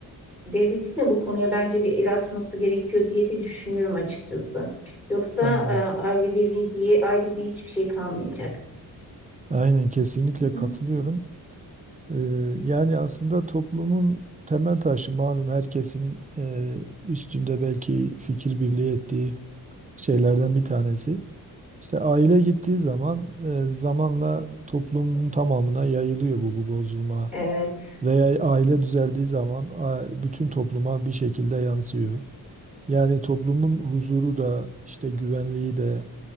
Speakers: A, in the centre; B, on the right (about 20°).
A: devletin de bu konuya bence bir el atması gerekiyor diye de düşünüyorum açıkçası. Yoksa
B: Aynen.
A: e, aile birliği diye aile diye hiçbir şey kalmayacak,
B: Aynen kesinlikle
A: değil
B: katılıyorum.
A: mi?
B: Ee, yani aslında toplumun temel taşı malum herkesin e, üstünde belki fikir birliği ettiği şeylerden bir tanesi. İşte aile gittiği zaman e, zamanla toplumun tamamına yayılıyor bu, bu bozulma.
A: Evet.
B: Veya aile düzeldiği zaman a- bütün topluma bir şekilde yansıyor. Yani toplumun huzuru da işte güvenliği de